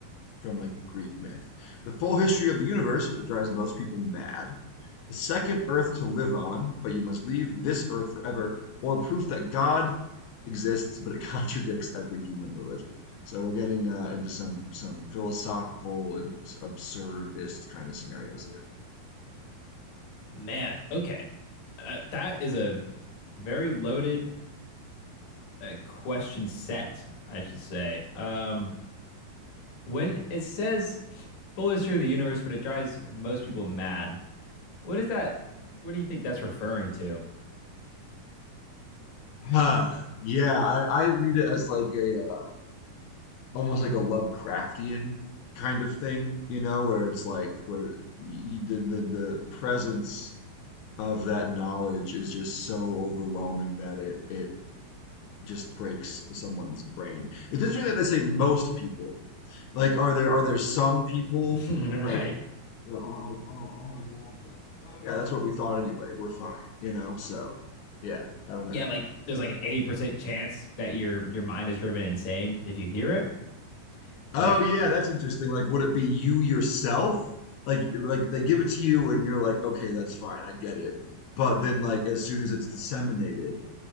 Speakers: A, on the left; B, on the left.
A: from like Greek myth. The full history of the universe, which drives most people mad. The second earth to live on, but you must leave this earth forever, or proof that God exists, but it <laughs> contradicts every human religion. So we're getting uh, into some some philosophical and absurdist kind of scenarios here.
B: Man, okay. Uh, that is a very loaded uh, question set, I should say. Um, when it says full history of the universe, but it drives most people mad, what is that? What do you think that's referring to?
A: Huh. yeah, I, I read it as like a uh, almost like a Lovecraftian kind of thing, you know, where it's like where y- the the the presence of that knowledge is just so overwhelming that it it just breaks someone's brain. It's interesting that they say most people. Like, are there are there some people
B: <laughs>
A: like
B: Right.
A: that are like, oh, all the Mormons are like, oh yeah, that's what we thought anyway. We're fine, you know? So, yeah, I don't
B: Yeah,
A: know.
B: like there's like an 80% chance that your your mind is driven insane if you hear it.
A: Oh
B: Like,
A: yeah, that's interesting. Like, would it be you yourself? Like, like they give it to you and you're like, okay, that's fine, I get it. But then, like, as soon as it's disseminated,